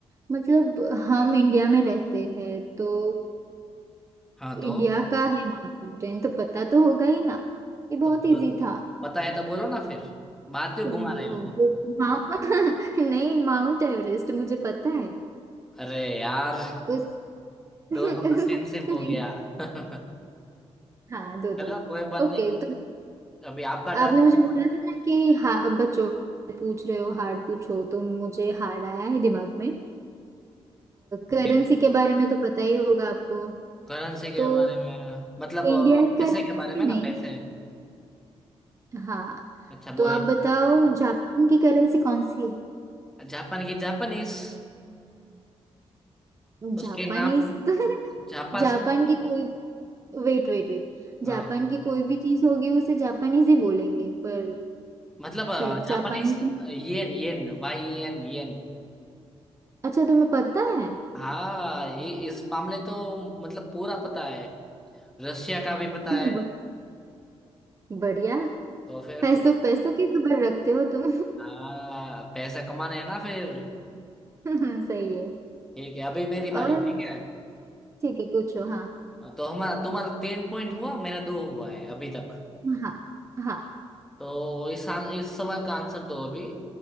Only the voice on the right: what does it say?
मतलब हम
इंडिया में रहते हैं तो
इंडिया
का है माउंटेन तो पता तो होगा ही ना ये बहुत
इजी था
वो
माउ- <laughs> नहीं माउंट एवरेस्ट मुझे पता है
उस <laughs>
नहीं
हाँ दो
दो
ओके तो
आपने मुझे बोला था ना कि हा, बच्चों से पूछ रहे हो हार्ड पूछो तो मुझे हार्ड आया है दिमाग में
करेंसी के बारे में तो पता ही होगा आपको
तो
इंडियन
करेंसी
नहीं
हाँ
तो
आप बताओ जापान की करेंसी कौन सी है
जापानीज
तो <laughs>
जापान की कोई वेट वेट वेट
जापान की कोई भी चीज होगी उसे जापानीज ही बोलेंगे पर
सिर्फ
जापानीज में
अच्छा तुम्हें पता है
<laughs>
ब- बढ़िया
पैसों पैसों की खबर रखते हो तुम
<laughs> सही है
और
ठीक है पूछो हाँ
हाँ हाँ